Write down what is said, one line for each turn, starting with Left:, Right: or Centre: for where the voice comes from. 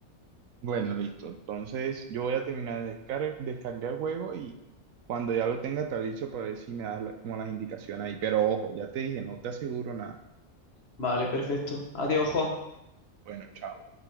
Right: Bueno, listo. Entonces yo voy a terminar de descar- descargar el juego y cuando ya lo tenga te aviso para ver si me da la- como las indicaciones ahí. Pero ojo, ya te dije, no te aseguro nada.
Left: Vale, perfecto. Adiós, Juan.
Right: Bueno, chao.